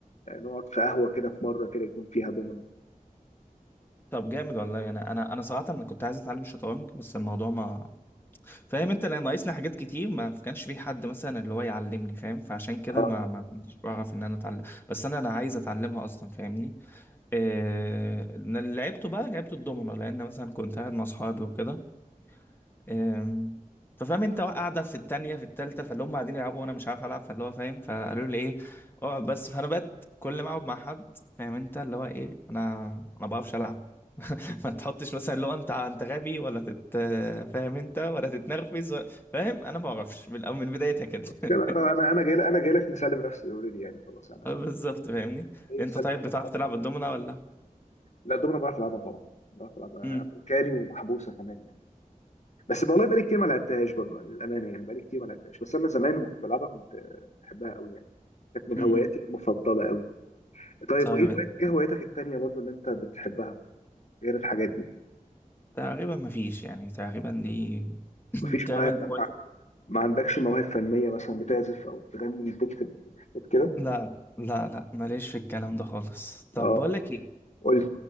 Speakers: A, on the left; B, on the left.
A: آه، نقعد في قهوه كده في مره كده يكون فيها دومنة
B: طب جامد والله انا انا انا صراحه انا كنت عايز اتعلم الشطرنج بس الموضوع ما فاهم انت لان ناقصني حاجات كتير ما كانش في حد مثلا اللي هو يعلمني فاهم فعشان كده
A: اه
B: ما ما كنتش بعرف ان انا اتعلم بس انا انا عايز اتعلمها اصلا فاهمني إيه... أنا اللي لعبته بقى لعبت الدومينو لان مثلا كنت قاعد مع اصحابي وكده إيه... ففاهم انت قاعده في التانية في التالتة فاللي هم قاعدين يلعبوا وانا مش عارف العب فاللي هو فاهم فقالوا لي ايه اقعد بس فانا بقت كل ما اقعد مع حد فاهم انت اللي هو ايه انا انا ما بعرفش العب <laughs> ما تحطش مثلا لو انت انت غبي ولا تت فاهم انت ولا تتنرفز ولا فاهم انا ما اعرفش من الأول- من بدايتها كده <laughs>
A: كده انا انا انا جاي انا جاي لك مسلم نفسي اوريدي يعني خلاص انا
B: اه بالظبط فاهمني
A: جاي
B: انت
A: مسلم
B: طيب
A: نفسي
B: بتعرف تلعب الدومنة ولا
A: لا الدومنه بعرف العبها طبعا بعرف العبها
B: امم
A: امريكاني ومحبوسه كمان يعني بس والله بقالي كتير ما لعبتهاش برضه للامانه يعني بقالي كتير ما لعبتهاش بس انا زمان لما كنت بلعبها كنت آه، بحبها قوي يعني كانت من
B: امم
A: هواياتي المفضله قوي طيب
B: طيب
A: وايه هوايات- ايه هواياتك التانيه برضه اللي انت بتحبها غير الحاجات دي
B: تقريبا ما فيش يعني تقريبا دي <coughs>
A: مفيش
B: <clears throat> تقريبا
A: معايا
B: دي هوايتي
A: ما, ما عندكش مواهب فنيه مثلا بتعزف او بتغني بتكتب بتكتب كده
B: لا لا لا ماليش في الكلام ده خالص طب
A: اه
B: بقول لك ايه
A: قول لي،